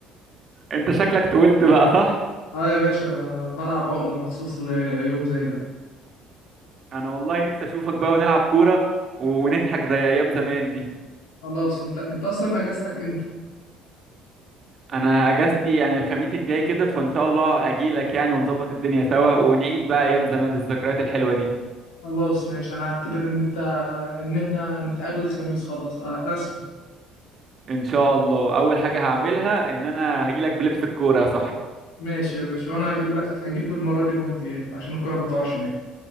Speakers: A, on the right (about 40°); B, on the left (about 65°).
A: انت شكلك طولت بقى صح
B: أه يا باشا أنا بلعب عقلة مخصوص ليوم زي ده
A: انا والله نفسي اشوفك بقى ونلعب كورة و- ونضحك زي ايام زمان دي
B: خلاص أنت أنت أصلا أجازتك إمتى؟
A: انا اجازتي يعني الخميس الجاي كده فان شاء الله اجيلك يعني ونظبط الدنيا سوا ونعيد بقى ايام زمان الذكريات الحلوة دي
B: خلاص ماشي أنا هعتبر إن أنت إن إحنا هنتقابل الخميس خلاص أه رسمي
A: ان شاء الله اول حاجة هعملها ان انا هجيلك بلبس الكورة يا صاحبي
B: ماشي يا باشا وأنا هجيب لك هجيب المرة دي جوانتيات عشان الكورة ما تقعش مني